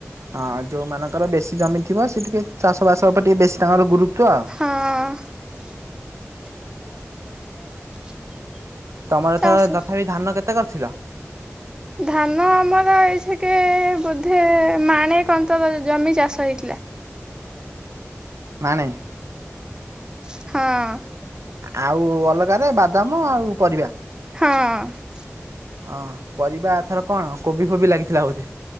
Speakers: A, on the right; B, on the right.
A: ହଁ ଯଉଁମାନଙ୍କର ବେଶୀ ଜମି ଥିବ ସେ ଟିକେ ଚାଷବାସ ଉପରେ ଟିକେ ବେଶୀ ତାଙ୍କର ଗୁରୁତ୍ୱ ଆଉ।
B: ହଁ।
A: ତମର ଏଥର
B: ଚାଷ
A: ତଥାପି ଧାନ କେତେ କରିଥିଲ?
B: ଧାନ ଆମର ଏଇସେକେ ବୋଧେ ମାଣେ କନ୍ତର ଜମି ଚାଷ ହେଇଥିଲା।
A: ମାଣେ?
B: ହଁ।
A: ଆଉ ଅଲଗାରେ ବାଦାମ ଆଉ ପରିବା?
B: ହଁ।
A: ଅଁ -ପରିବା ଏଥର କଣ କୋବି ଫୋବି ଲାଗିଥିଲା ବୋଧେ?